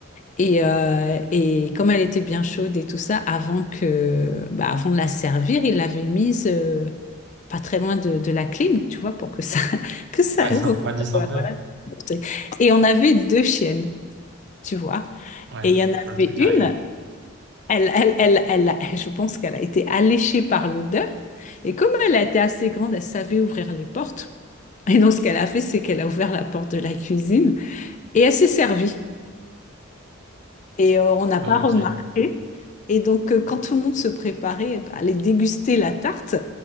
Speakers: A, on the left (about 35°); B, on the right (about 55°).
A: Et, euh, et comme elle était bien chaude et tout ça, avant que, bah, avant de la servir, il l'avait mise euh, pas très loin de, de la clim, tu vois, pour que ça, <laughs> que ça,
B: Ouais, ça
A: pour
B: me
A: que
B: radisse
A: ça- voilà.
B: un peu.
A: voilà. Et on avait deux chiennes, tu vois.
B: Ouais,
A: Et il y en avait
B: je vois le truc
A: une,
B: arrive.
A: elle, elle, elle, elle, <laughs> elle- je pense qu'elle a été alléchée par l'odeur. Et comme elle a été assez grande, elle savait ouvrir les portes. Et donc, ce qu'elle a fait, c'est qu'elle a ouvert la porte de la cuisine. Et elle s'est servie. Et euh, on n'a pas
B: Ouais,
A: remarqué.
B: ok.
A: Et donc, euh, quand tout le monde se préparait à aller déguster la tarte,